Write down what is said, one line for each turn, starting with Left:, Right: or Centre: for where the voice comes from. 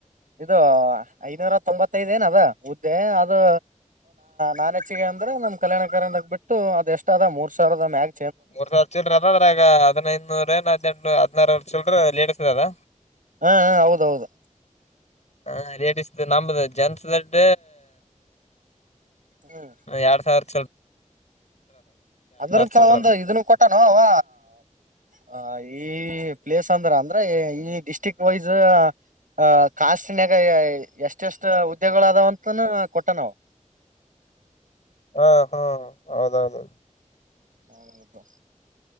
Right: ಇದು ಐನೂರ ತೊಂಬತ್ತೈದ್ ಏನ ಅದ ಉದ್ದೆ ಅದು ನಾಚ್ಚಿಗೆ ಅಂದ್ರೆ ನಮ್ ಕಲ್ಯಾಣಕಕಾರಾಗಗ್ಬ ಬಿಟ್ಟು ಅದ ಎಷ್ಟ ಅದ ಮೂರ್ ಸಾವಿರದ ಮ್ಯಗ
Left: ಮೂರ್ ಚಿಲ್ರ ಅದ್ರ ಆಗ ಹದಿನೈದುನೂರಏ ಹದ್ಟು ಹದಿನಾರ ಚಿಲ್ರ ಲೇಡಿಸಸ್ ಅದ
Right: ಹಾ ಹಾ ಹೌದೌದು
Left: ಹಾ ರೇಡಿಸ್ದ್ ನಂಬ್ದ್ ಜನ್ಸ ದಡ್ಡ
Right: ಹ್ಮ್
Left: ಹ ಎರಡ್ ಸಾವಿರ ಚಿಲ್
Right: ಅದ್ರ ಕೆಲವೊಂದು
Left: ಚಿಲ್ರ ಅದ
Right: ಇದನ್ನು ಕೊಟಾನ ಅವ ಹ ಈ ಪ್ಲೇಸ್ ಅಂದ್ರ ಅಂದ್ರೆ ಈ ಡಿಸ್ಟ್ರಿಕ್ ವೈಸ್ ಆ ಕಾಸ್ನ್ಯಾಗ ಎಷ್ಟೆಷ್ ಉದ್ಯೋಗಗಳ ಅದಾವಂತನ ಕೊಟ್ಟ ನಾವ <inaudible>
Left: ಹಾ ಹಾ ಹೌದೌದು
Right: ಹ